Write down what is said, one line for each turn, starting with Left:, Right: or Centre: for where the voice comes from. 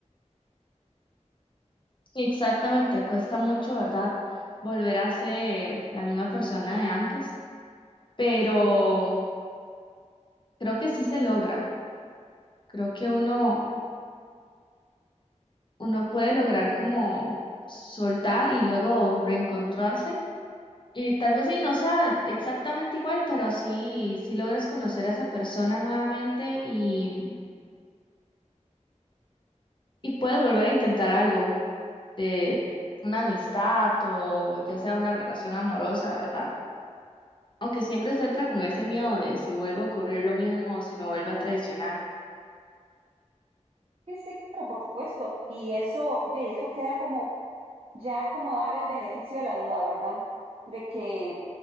Left: Sí, Exactamente, cuesta mucho, ¿verdad? Volver a ser la misma persona de antes, pero creo que sí se logra. Creo que uno, uno puede lograr como soltar y luego reencontrarse. Y tal vez sí no sea exactamente igual, pero sí, sí logras conocer a esa persona nuevamente y, y puedes volver a intentar algo. de una amistad o ya sea una relación amorosa, ¿verdad? Aunque siempre se entra con ese miedo de si vuelve a ocurrir lo mismo o si me vuelve a traicionar.
Right: Sí, sí, claro, por supuesto. Y eso, ve, y eso queda como ya como dar el beneficio de la duda, ¿verdad? De que